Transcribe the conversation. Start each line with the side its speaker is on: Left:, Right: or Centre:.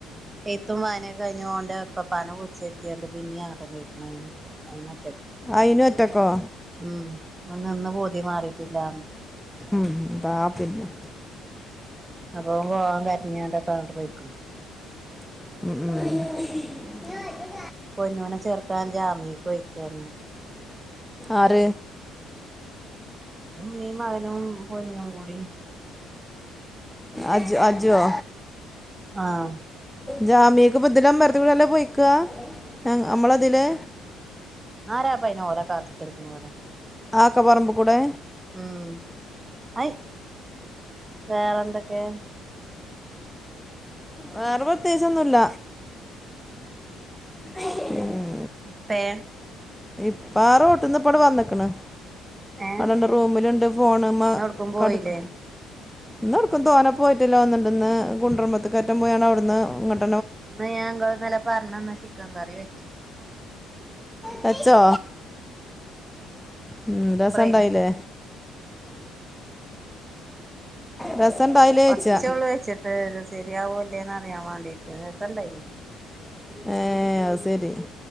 Right: ഏത്തും വായന ഒക്കെ കഴിഞ്ഞോണ്ട് ഓൻ്റെ ഇപ്പ്പ്പാന കുറിച്ചു എത്തിയണ്ട് പിന്നെയും ആട്ടം കഴിക്കണമാരുന്നു. അയിന്
Centre: അയിനും ഒറ്റക്കോ
Right: ഉം നിന്ന് പോതി മാറിട്ടില്ലന്ന്.
Centre: ഉംന്താ പിന്നെ
Right: അപ്പ പോവാൻ കരഞ്ഞുകണ്ട പോയിക്കണ്.
Centre: മ്
Right: പൊന്നുനെ ചേർക്കാൻ ജാമിക്കിക് പോയിക്കാണ്.
Centre: ആർ
Right: ന്റെ ഉമ്മീയും മകനും പൊന്നുംകൂടി.
Centre: അജ് അജ് വൊ
Right: ആഹ്
Centre: ജാമ്യക്ക് ബദിലൂടെ ഇമറാത്തുകുടി കൂടെല്ല പൊയ്ക്കാ നമ്മള അതിലെ?
Right: ആരാപ്പായിനോരെ കാത്തു ത്തിരിക്കുന്നു ഇവിടെ
Centre: ആക്കപറമ്പ് കൂടെ
Right: ഉം അയ് വേറെന്തൊക്കെ?
Centre: വേറെ പ്രത്യേകിച്ച് ഒന്നുല്ല. ഉ <unintelligible>
Right: ഇപ്പേ?
Centre: പ്പാ റോട്ടിന് വന്നിക്കണ്.
Right: ഏ
Centre: അടെന്റെ റൂമിലുണ്ട്. ഫോണിമേ
Right: ഇന്നൊട്ക്കും പോയില്ലേ
Centre: കടുക്ക ഇന്ന് എവിടക്കും തോന്ന പോയിട്ടല്ലോ ഒന്നിണ്ടന്ന് കുണ്ടറുമമ്പത്തക്ക അറ്റം പോയാണ് അവിടുന്ന് ഇങ്ങട്ട്
Right: ഇന്ന് ഞ ഇങ്ങൾ പറഞ്ഞന്ന ചിക്കൻ കറി വെച്ചു.
Centre: വെച്ചോ ഉ
Right: സൂപ്പറേനി
Centre: രസണ്ടായില്ലേ? രസം ഉണ്ടായില്ലേ
Right: കൊറച്ചോള്
Centre: ചോദിച്ചാ
Right: വെച്ചിട്ട് ശെരിയാവൂല്ലേന്ന് അറിയാൻ വേണ്ടീട്ട്. രസണ്ടായി.
Centre: ഹ് അത് ശരി.